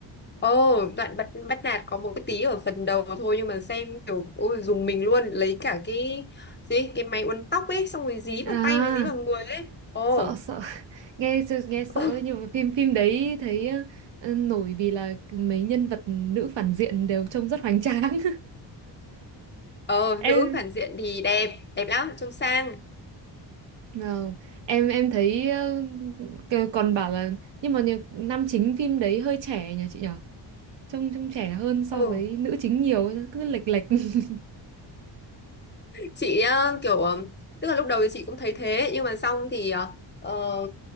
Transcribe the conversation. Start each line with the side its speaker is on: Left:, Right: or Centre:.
Left: Ồ, đoạn bắt bắt nạt có một cái tí ở phần đầu thôi nhưng mà xem kiểu ôi dùng mình luôn, lấy cả cái gì cái máy uốn tóc ấy xong rồi dí
Right: À,
Left: vào tay với dí vào người ấy. Ồ,
Right: sợ sợ <laughs> nghe nghe sợ
Left: <laughs>
Right: ấy, nhưng mà phim phim đấy thấy ờ, nổi vì là mấy nhân vật nữ phản diện đều trông rất hoành tráng.
Left: ờ
Right: <laughs> Em
Left: nữ phản diện thì đẹp, đẹp lắm, trông sang.
Right: vâng, em em thấy ờ, còn bảo là nhưng mà nhờ- nam chính phim đấy hơi trẻ nhỉ chị nhỉ? trông trông trẻ hơn so
Left: Ừ.
Right: với nữ chính nhiều cứ lệch lệch <laughs>
Left: chị ờ, kiểu ờ, tức là lúc đầu thì chị cũng thấy thế nhưng mà xong thì ờ, ờ,